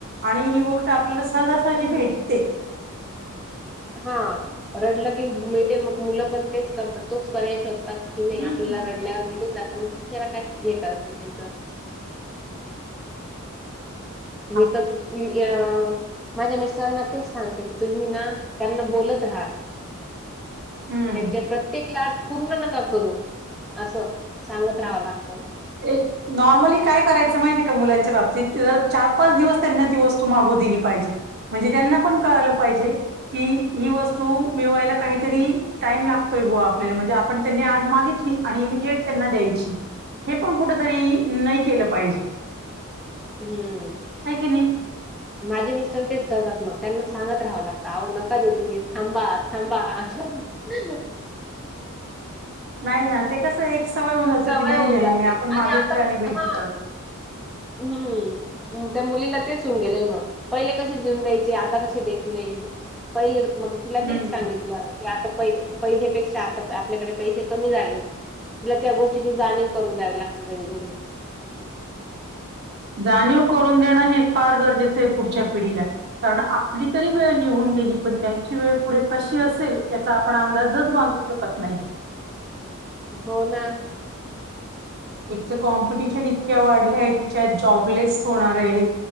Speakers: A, on the right; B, in the centre.
A: आणि ही गोष्ट आपल्याला सहजासहजी भेटते
B: हा रडलं की मिळते मग मुलं पण तेच करतात तोच पर्याय शो तात की नाही
A: हम्म
B: आपल्याला रडल्यावर भेटून जात मग त्याला काय हे करत बसायच.
A: आप-
B: मी त् <unintelligible> य.. माझ्या मिस्टरांना तेच सांगते की तुम्ही ना त्यांना बोलत राहा
A: हम्म
B: त्यांचे प्रत्येक लाड पूर्ण नका करू असं सांगत राहावं लागतं
A: एक नॉर्मली काय करायचं माहिती आहे का मुलांच्या बाबतीत जर चार -पाच दिवस त्यांना ती वस्तू मागू दिली पाहिजे म्हणजे त्यांना पण कळलं पाहिजे कि ही वस्तू मिळवायला काहीतरी टाईम लागतोय बुवा आपल्याला म्हणजे आपण त्यांनी आज मागितली आणि इमिजिएट त्यांना द्यायची हे पण कुठ तरी नाही केलं पाहिजे
B: हम्म.
A: हे की नाही?
B: माझे मिस्टर तेच करतात मग त्यांना सांगत राहावं लागत अहो नका देऊ तुम्ही थांबा थांबा <inaudible> <unintelligible>
A: नाही ना ते कसं एक सवय होऊन जातं
B: सवय
A: की नाही
B: होऊन
A: नाही
B: जाते
A: नाही आपण मागितलं
B: आणि आता मग
A: भेटत
B: हा हम्म त्या मुलीला तेच होऊन गेलंय मग पहिले कसे देऊन द्यायचे आता कसे देत नाही पहिले मग तिला
A: हम्म
B: ते सांगित तल की आता पहिले-पहिलीपेक्षा आता आपल्याकडे पैसे कमी झाले तिला त्या गोष्टीची जाणीव करून द्यावी लागते घडी- घडी
A: जाणीव करून देणं हे फार गरजेचं आहे पुढच्या पिढीला कारण आपली तरी वेळ निघून गेली पण त्यांची वेळ पुढे कशी असेल याचा आपण अंदाजच बांधू शकतो शकत नाहीये
B: हो ना
A: एक तर कॉम्पिटिशन इतक्या वाढल्याय त्याच्यात जॉबलेस होणार आहे